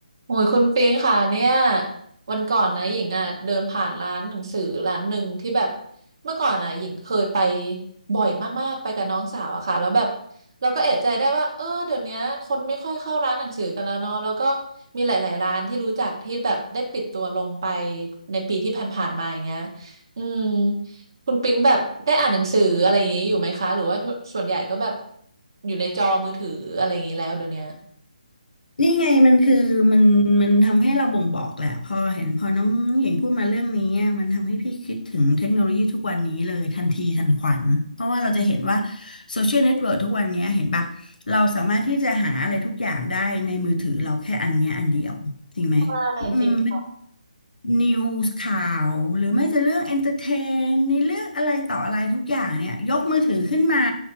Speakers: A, on the right; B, on the left.
A: โอ้ยคุณปิงค่ะเนี่ยวันก่อนนะหญิงอ่ะเดินผ่านร้านหนังสือร้านหนึ่งที่แบบเมื่อก่อนอ่ะหญิงเคยไปบ่อยมากๆไปกับน้องสาวอะค่ะแล้วแบบเราก็เอะใจได้ว่าเออเดี๋ยวเนี้ยคนไม่ค่อยเข้าร้านหนังสือกันแล้วเนาะแล้วก็มีหลายๆร้านที่รู้จักที่แบบได้ปิดตัวลงไปในปีที่ผ่านๆมาอย่างเงี้ยอืมคุณปิงแบบได้อ่านหนังสืออะไรอย่างงี้อยู่ไหมคะหรือว่าส่วนใหญ่ก็แบบอยู่ในจอมือถืออะไรอย่างงี้แล้วเดี๋ยวเนี้ย
B: นี่ไงมันคือมันมันทำให้เราบ่งบอกแหละพอเห็นพอน้องหญิงพูดมาเรื่องนี้อะมันทำให้พี่คิดถึงเทคโนโลยีทุกวันนี้เลยทันทีทันขวัญเพราะว่าเราจะเห็นว่าโซเชียลเน็ตเวิร์กทุกวันนี้เห็นปะเราสามารถที่จะหาอะไรทุกอย่างได้ในมือถือเราแค่อันเนี้ยอันเดียวจริงไหม
A: ใช่จริงค่ะ
B: อืม นิวส์ข่าวหรือไม่จะเรื่องเอนเตอร์เทนในเรื่องอะไรต่ออะไรทุกอย่างเนี่ยยกมือถือขึ้นมา